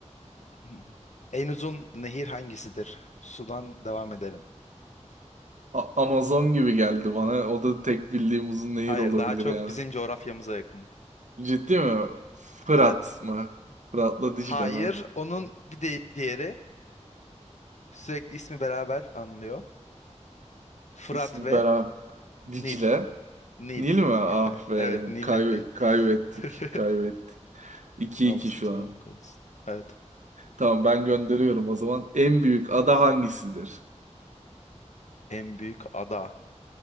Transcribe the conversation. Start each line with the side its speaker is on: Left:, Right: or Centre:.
Left: <laughs> En uzun nehir hangisidir? Sudan devam edelim.
Right: A- Amazon gibi geldi bana. O da tek bildiğim uzun nehir
Left: Hayır,
Right: olabilir
Left: daha çok
Right: yani.
Left: bizim coğrafyamıza yakın.
Right: Ciddi mi? Fırat
Left: Evet.
Right: mı? Fırat'la
Left: Hayır,
Right: Dicle mi?
Left: onun bir de diğeri. Sürekli ismi beraber anılıyor. Fırat
Right: İsmi
Left: ve
Right: Bera. Dicle.
Left: Nil. Nil.
Right: Nil mi? Ah be.
Left: Evet, Nil
Right: Kaybe
Left: Nehri.
Right: kaybettik.
Left: <laughs>
Right: Kaybettik. 2
Left: Olsun,
Right: iki şu
Left: sağlık
Right: an.
Left: olsun. Evet.
Right: Tamam ben gönderiyorum o zaman. En büyük ada hangisidir?
Left: En büyük ada.